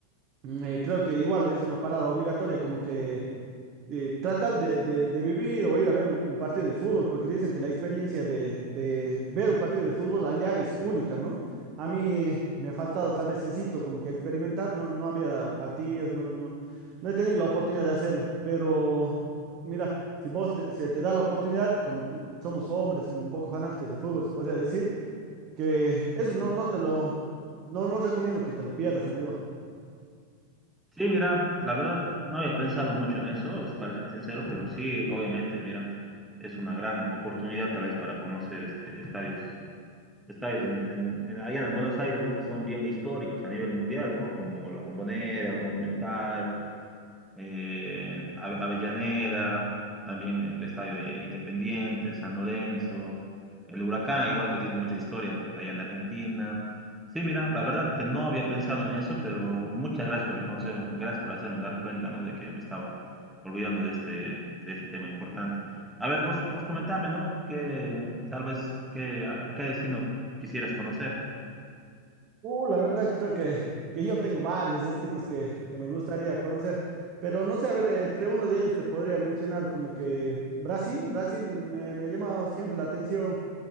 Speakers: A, on the right; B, in the centre.
A: mm, eh, creo que igual es una parada obligatoria, como que eh, tratan de, de- de vivir o ir a ver un, un partido de fútbol, porque dicen que la experiencia de, de ver un partido de fútbol allá es única, ¿no? A mí me ha faltado tal vez esito como que experimentar, no, no había partidos, no, no, no he tenido la oportunidad de hacerlo, pero mira, si vos te- se te da la oportunidad, como somos hombres, como un poco fanáticos de fútbol, se podría decir, que eso no, no te lo, no, no recomiendo que te lo pierdas, amigo.
B: Sí, mira, la verdad no había pensado mucho en eso, s- para ser sincero, pero sí, obviamente, mira, es una gran oportunidad tal vez para conocer este estadios, estadios en, en- en- allá en Buenos Aires, ¿no? Que son bien históricos a nivel mundial, ¿no? Como la Bombonera, el Monumental, eh, Ave- Avellaneda, también el estadio de Independiente, San Lorenzo, el Huracán, igual que tiene mucha historia allá en Argentina. Sí, mira, la verdad que no había pensado en eso, pero muchas gracias por el consejo, gracias por hacerme dar cuenta, ¿no? De que me estaba olvidando de este, de este tema importante. A ver, vos, vos comentame, ¿no? Que tal vez qué, a qué destino quisieras conocer.
A: Uh, la verdad creo que, que yo tengo varios destinos que, que me gustaría conocer, pero no sé, a ver, entre uno de ellos te podría mencionar como que Brasil, Brasil me, me ha llamado siempre la atención.